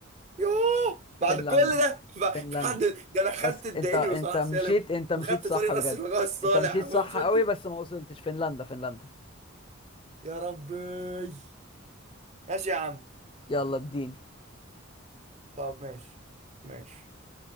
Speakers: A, on the right (about 35°); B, on the left (about 25°).
A: يوه
B: فنلندا
A: بعد كل ده ف-
B: فنلندا
A: في حد ده انا خدت
B: بس
A: الدائري
B: انت انت
A: وصلاح
B: مشيت
A: سالم
B: انت مشيت
A: وخدت
B: صح
A: طريق
B: بجد
A: راس الرجاء الصالح
B: انت مشيت
A: وما
B: صح
A: وصلتش
B: قوي بس ما وصلتش فنلندا فنلندا
A: يا ربي ماشي يا عم
B: يلا اديني
A: طب ماشي ماشي